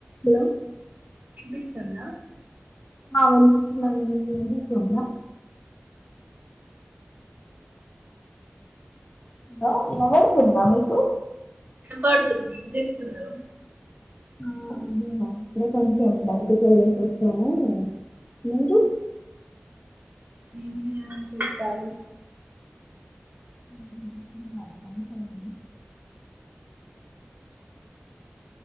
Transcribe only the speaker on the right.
వినిపిస్తుందా
వినబడుతుంది ఏం చేస్తున్నారు
ఏం లేదండి ఖాళీ